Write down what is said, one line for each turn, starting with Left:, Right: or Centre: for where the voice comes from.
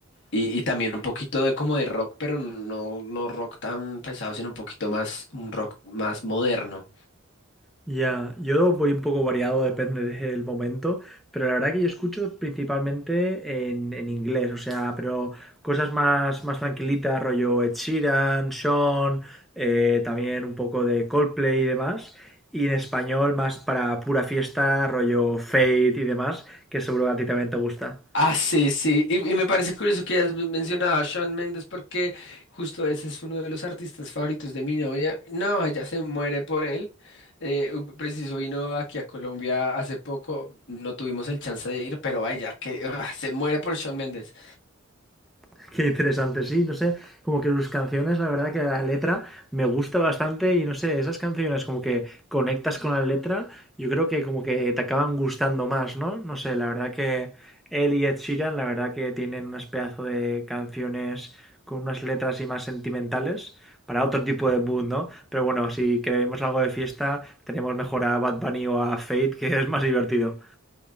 Left: Y, y también un poquito de como de rock, pero no, no rock tan pesado, sino un poquito más, un rock más moderno.
Centre: Ya, yo voy un poco variado, depende del momento, pero la verdad que yo escucho principalmente en, en inglés, o sea, pero cosas más, más tranquilitas, rollo Ed Sheeran, Sean, eh, también un poco de Coldplay y demás, y en español más para pura fiesta, rollo Fate y demás, que seguro que a ti también te gusta.
Left: Ah, sí, sí. Y, y me parece curioso que hayas mencionado a Shawn Mendes porque justo ese es uno de los artistas favoritos de mi novia. No, ella se muere por él. Eh, u- preciso vino aquí a Colombia hace poco. No tuvimos el chance de ir, pero ella que, ah, se muere por Shawn Mendes.
Centre: <laughs> Qué interesante, sí, no sé, como que sus canciones, la verdad que la letra me gusta bastante y no sé, esas canciones como que conectas con la letra, yo creo que como que te acaban gustando más, ¿no? No sé, la verdad que él y Ed Sheeran, la verdad que tienen unas pedazo de canciones con unas letras y más sentimentales para otro tipo de mood, ¿no? Pero bueno, si queremos algo de fiesta, tenemos mejor a Bad Bunny o a Fate, que es más divertido.